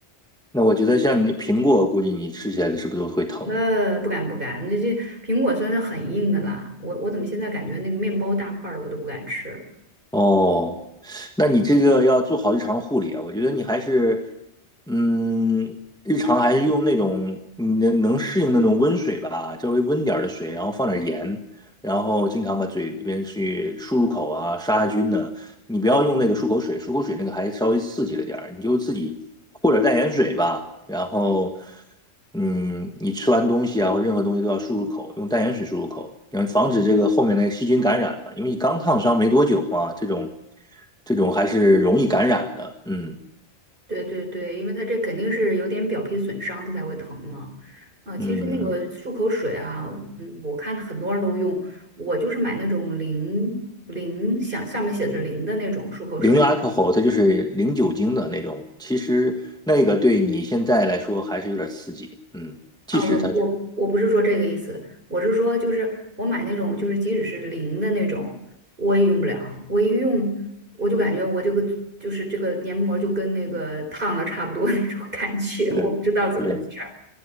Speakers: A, in the centre; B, on the right.
A: 那我觉得像你苹果，估计你吃起来是不是都会疼？
B: 呃，不敢不敢，那这苹果算是很硬的啦。我我怎么现在感觉那个面包大块儿的我都不敢吃？
A: 哦，那你这个要做好日常护理啊，我觉得你还是，嗯，日常还是用那种你能能适应那种温水吧，稍微温点儿的水，然后放点盐，然后经常把嘴里边去漱漱口啊，杀杀菌呢、你不要用那个漱口水，漱口水那个还稍微刺激了点儿，你就自己或者淡盐水吧。然后，嗯，你吃完东西啊或任何东西都要漱漱口，用淡盐水漱漱口，然后防止这个后面的细菌感染了，因为你刚烫伤没多久嘛，这种这种还是容易感染的。嗯
B: 对对对，因为它这肯定是有点表皮损伤，它才会疼嘛。啊、其实那个漱口水啊，
A: 嗯，
B: 嗯，我看很多人都用，我就是买那种零零，想上面写着零的那种漱口水。
A: 零 alcohol 它就是零酒精的那种，其实那个对你现在来说还是有点刺激。嗯，即使它这。
B: 啊，我我我不是说这个意思，我是说就是我买那种就是即使是零的那种，我也用不了，我一用我就感觉我这个就是这个黏膜就跟那个烫了差不多那种感觉，
A: 对
B: 我不知道怎么回事儿，
A: 对。